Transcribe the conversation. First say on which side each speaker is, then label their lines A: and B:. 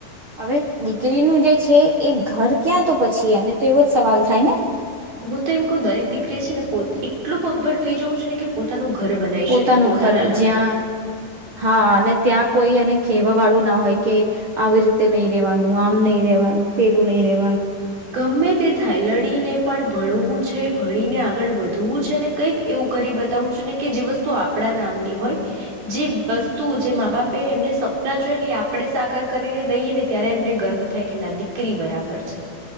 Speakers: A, on the right (about 55°); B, on the right (about 70°).
A: હવે દીકરીનું જે છે એ ઘર ક્યાં તો પછી? એને તો એવો જ સવાલ થાય ને?
B: હું તો એમ ક દરેક દીકરી છે ને પોત એટલું પગભર થઈ જઉું છું ને કે પોતાનું ઘર બનાવી
A: પોતાનું
B: શકે પોતાના
A: ઘર
B: નામનું
A: જ્યાં હા અને ત્યાં કોઈ એને કેવા વાળું ના હોય કે આવી રીતે નહી રેવાનું આમ નહીિ રેવાનું પેલું નહી રેવાનું
B: ગમે તે થાય લડીને પણ ભણવું છે ભણીને આગળ વધવું છે ને કંઈક એવું કરી બતાવું છું ને કે જે વસ્તુ આપણા નામની હોય જે વસ્તુ જે મા બાપે એમને સપના જોય ને એ આપડે સાકાર કરીને દઈએ ને ત્યારે એમને ગર્વ થાય કે ના દીકરી બરાબર છે.